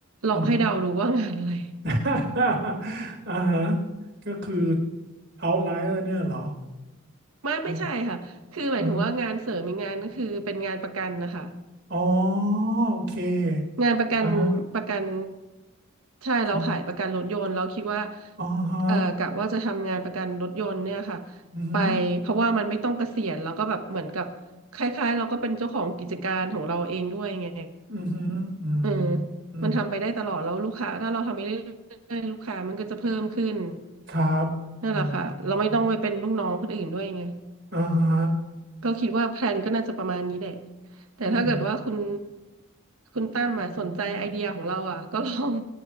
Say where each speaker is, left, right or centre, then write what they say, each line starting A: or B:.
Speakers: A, on the right; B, on the right.
A: อืม
B: ลองให้เดาดูว่างานอะไร
A: <laughs> อ่าฮะก็คือ outlier เนี่ยเหรอ
B: ไม่ไม่ใช่ค่ะคือหมายถึงว่างานเสริมอีกงานก็คือเป็นงานประกันนะคะ
A: ดูอ่าฮะอ๋อโอเค
B: งานประกันประกัน
A: อ่าฮะ
B: ใช่เราขายประกันรถยนต์เราคิดว่า
A: ครับอ๋อฮะ
B: เอ่อกะว่าจะทำงานประกันรถยนต์เนี่ยค่ะ
A: อืม
B: ไปเพราะว่ามันไม่ต้องเกษียณแล้วก็แบบเหมือนกับคล้ายๆเราก็เป็นเจ้าของกิจการของเราเองด้วยไง
A: อหืมออืม
B: เออ
A: อืม
B: มันทำไปได้ตลอดแล้วลูกค้าถ้าเราทำไปเรื่อยๆลูกค้ามันก็จะเพิ่มขึ้น
A: ครับอื
B: นั่นแหละค่ะเราไม่ต้องไปเป็นลูกน้องคนอื่นด้วยไง
A: มอ่าฮะ
B: ก็คิดว่าแพลนก็น่าจะประมาณนี้แหละแต่ถ้าเกิดว่าคุณ
A: อืม
B: คุณตั้มมาสนใจไอเดียของเราอ่ะ <laughs> ก็ลอง